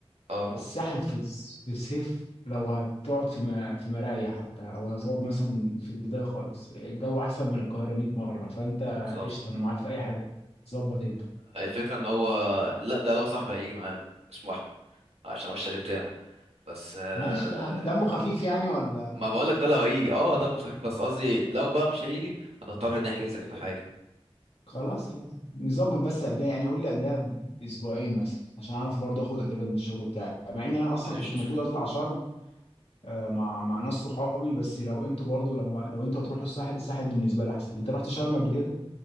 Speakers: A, on the right (about 85°); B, on the left (about 80°).
A: اه
B: الساحل في الس- في الصيف لو هتقعد في ما- في مرايا حتى او هتقعد مثلا في البدايه خالص الجو احسن من القاهره 100 مره فانت
A: بالظبط
B: قشطه انا معاك في اي حاجه ظبط انت
A: الفكرة ان هو لا ده لو صاحبي هيجي معانا اسمه احمد عشان هو الشاليه بتاعه بس آه،
B: ماشي يعني دمه خفيف يعني ولا
A: ما بقولك ده لو هيجي اه دمه خفيف بس قصدي لو بقى مش هيجي هنضطر نحجز احنا حاجة
B: خلاص يعني نظبط بس قبلها يعني قول لي قبلها باسبوعين مثلا عشان اعرف برضه اخد اجازه من الشغل بتاعي مع ان انا اصلا
A: قشطة
B: كنت المفروض اطلع شرم آه، مع مع ناس صحابي بس لو انتوا برضه لو لو انتوا هتروحوا الساحل الساحل بالنسبه لي احسن انت رحت شرم قبل كده